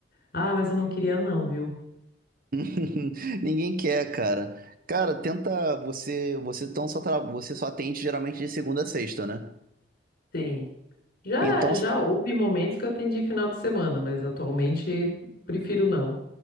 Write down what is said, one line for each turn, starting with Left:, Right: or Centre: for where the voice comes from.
Left: Ah, mas eu não queria não, viu?
Right: <laughs> Ninguém quer, cara. Cara, tenta você, você então só tra- você só atende geralmente de segunda a sexta, né?
Left: Sim. Já,
Right: Então
Left: já houve momentos que eu atendi final de semana, mas atualmente prefiro não.